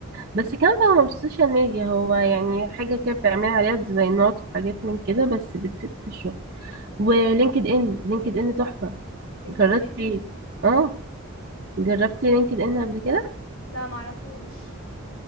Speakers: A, on the right (about 45°); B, on the left (about 70°).
A: بس كانفا هو مش سوشيال ميديا هو يعني حاجه كده بتعمل عليها ديزاينات وحاجات من كده بس بتفيد في الشغل ولينكد ان لينكد ان تحفه
B: لينكد
A: جربتي
B: ان
A: اه جربتي لينكد ان قبل كده
B: لا معرفوش